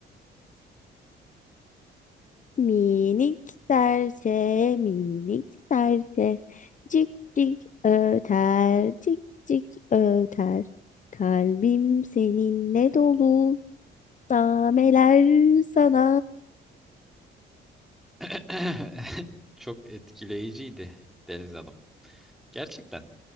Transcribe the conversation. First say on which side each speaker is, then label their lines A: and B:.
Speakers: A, on the left (about 40°); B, in the centre.
A: Minik serçe, minik serçe, cik cik öter, cik cik öter. Kalbim seninle dolu, nameler sana.
B: <laughs> Çok etkileyiciydi Deniz Hanım. Gerçekten